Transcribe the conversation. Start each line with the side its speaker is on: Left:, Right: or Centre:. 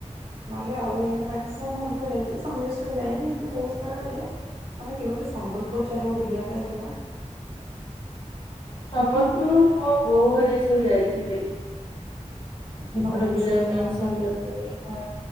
Right: ନହେଲେ ଆଉ ମା୍କ୍ସିମମ୍ ମନ୍ଦିର ଯାଇଛି। ସମଲେଶ୍ଵରୀ ଯାଇନି ଏମିତି ବୋହୁତ୍ ତର ଇଏ। ଆମେ କେବେ ଗୋଟେ ସମ୍ବଲପୁର ଚାଲୁନ ବୁଲିବା ପାଇଁ ଯିବା?
Left: ସମ୍ବଲପୁର ମୋ ବୋଉ ହାରିକା ସବୁ ଯାଇଥିଲେ। ଏପଟ
Right: ସମଲେଶ୍ୱରୀ
Left: ବୁଲିବା ପାଇଁ ସମ୍ବଲପୁର, ହଁ।